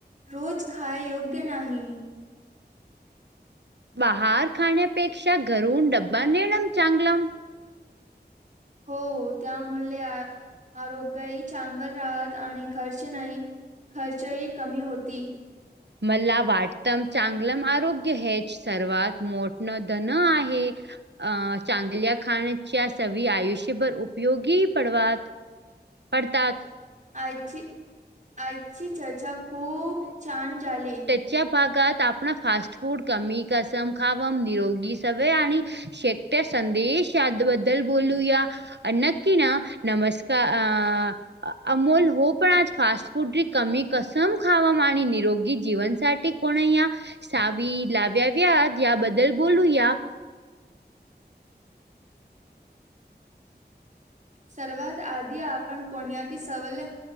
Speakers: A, on the right; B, on the right.
A: रोज खाय योग्य नाही.
B: बाहार खाण्यापेक्षा घरून डब्बा नेणम चांगल.
A: हो त्यामुळे. आरोग्यही चांगल राहात. आणि खर्च नाही खर्चही कमी होती.
B: मला वाटतम चांगलं आरोग्य हेच, सर्वात मोठणं धन आहे. अ चांगल्या खाण्याच्या सवी आयुष्यभर उपयोगी पडवात. पडतात.
A: आजची आजची चर्चा खूप छान झाली.
B: च्या भागात आपण फास्ट फूड कमी कसम खावम निरोगी सवळे आणि, शेकट्या संदेश याद बद्दल बोलूया. नक्की ना नमस्कार अ. अमोल हो पण आज फास्ट फूड कमी कसं. समखावाम आणि निरोगी जीवनसाठी कोण या. सावी लाव्याव्या याबद्दल बोलू या.
A: सर्वात आधी आपण कोण त सवल